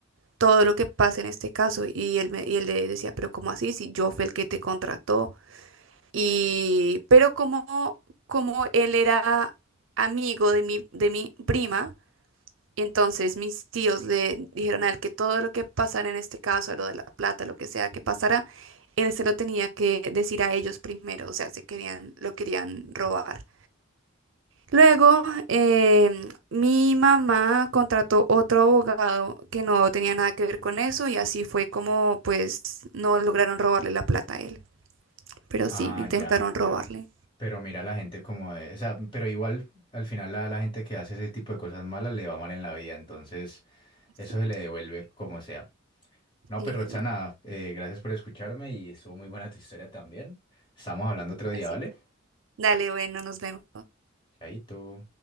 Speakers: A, on the right; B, on the left.
A: todo lo que pasa en este caso. Y él, me- y él le decía, pero ¿cómo así? Si yo fui el que te contrató. Y, pero como, como él era amigo de mi, de mi prima, entonces mis tíos le dijeron a él que todo lo que pasara en este caso, lo de la plata, lo que sea que pasara, él se lo tenía que decir a ellos primero, o sea, se querían, lo querían robar. Luego, em, mi mamá contrató otro abogado que no tenía nada que ver con eso y así fue como pues no lograron robarle la plata a él, pero
B: Ah,
A: sí, intentaron
B: ya,
A: robarle.
B: pero mira la gente como de, o sea, pero igual al final la, la gente que hace ese tipo de cosas malas le va mal en la vida, entonces
A: Sí,
B: eso se le devuelve como sea. No,
A: es-
B: pues Roxana, eh, gracias por escucharme y estuvo muy buena tu historia también. Estamos hablando otro
A: Así
B: día, ¿vale?
A: es. Dale, bueno, nos vemos.
B: Chaito.